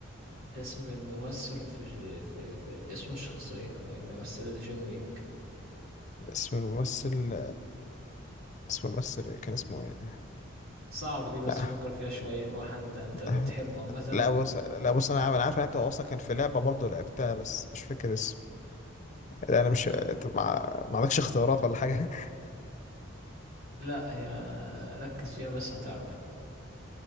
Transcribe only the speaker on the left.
اسم الممثل اسم الممثل إيه؟ كان اسمه ايه
لا
<laughs>
لا بص لا بص انا عارف انا عارف إن انت اصلا كان في لعبه برضه لعبتها بس مش فاكر اسمه لا انا مش طب ما ما عندكش اختيارات ولا حاجه <laughs>